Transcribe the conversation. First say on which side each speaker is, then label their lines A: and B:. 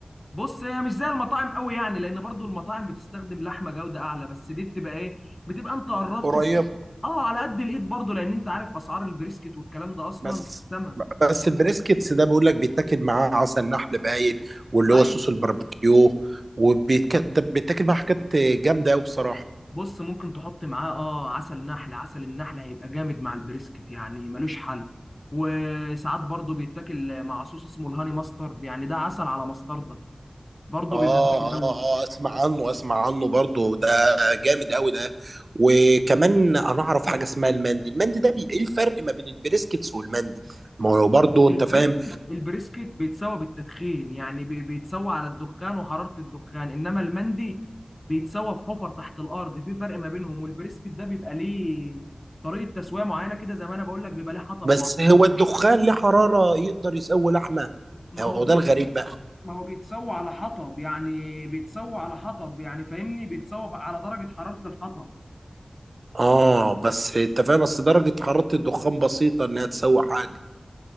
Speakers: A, on the left; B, on the right.
A: بص هي مش زي المطاعم قوي يعني لان برضو المطاعم بتستخدم لحمه جوده اعلى بس دي بتبقى ايه بتبقى انت قربت
B: قريبة
A: وب- اه على قد الايد برضو لان انت عارف اسعار البريسكت والكلام ده اصلا
B: بس
A: سما
B: بس البريسكتس ده بيقول لك بيتاكل معاه عسل نحل باين واللي
A: ايوه
B: هو صوص الباربيكيو وبيتاكل معاه حاجات جامده قوي بصراحه
A: بص ممكن تحط معاه اه عسل نحل عسل النحل هيبقى جامد مع البريسكت يعني ملوش حل وساعات برضو بيتاكل مع صوص اسمه الهاني ماسترد يعني ده عسل على مستردة برضو
B: اه
A: بيبقى جامد
B: اه اه
A: قوي
B: اسمع عنه اسمع عنه برضه ده جامد قوي ده وكمان انا اعرف حاجه اسمها المندي المندي ده بي... ايه الفرق ما بين البريسكتس والمندي ما هو برضه
A: البريسكت
B: انت فاهم
A: البريسكت بيتسوى بالتدخين يعني بي- بيتسوى على الدخان وحرارة الدخان انما المندي بيتسوى في حفر تحت الارض في فرق ما بينهم والبريسكت ده بيبقى ليه طريقة تسوية معينة كده زي ما انا بقول لك بيبقى ليه حطب
B: بس
A: معين
B: هو الدخان له حراره يقدر يسوي لحمه
A: ما
B: هو
A: هو
B: ده الغريب بقى
A: ما هو بيتسوى على حطب يعني بيتسوى على حطب يعني فاهمني بيتسوى على درجة حرارة الحطب
B: اه بس انت فاهم بس درجه حراره الدخان بسيطه انها تسوي حاجه